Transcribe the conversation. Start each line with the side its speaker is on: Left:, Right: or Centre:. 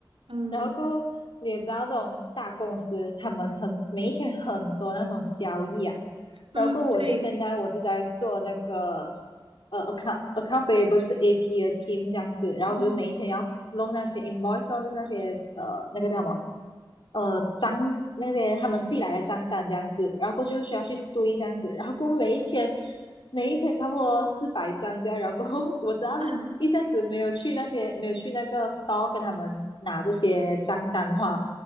Right: 嗯，
Left: 然后过后，你也知道这种大公司，他们很每一天很多那种交易啊。
Right: 嗯，
Left: 然后过后我就现在我是在做那个
Right: 对，
Left: 呃 account account payable 就是 AP 的 team 这样子，然后我就每一天要弄那些
Right: 嗯，
Left: invoice 哦就是那些呃那个叫什么呃张那些他们寄来的账单这样子，然后过去就需要去堆这样子，然后过后每一天每一天差不多四百张这样，然后过后我只要是一下子没有去那些没有去那个
Right: 嗯，
Left: store 跟他们拿这些账单的话，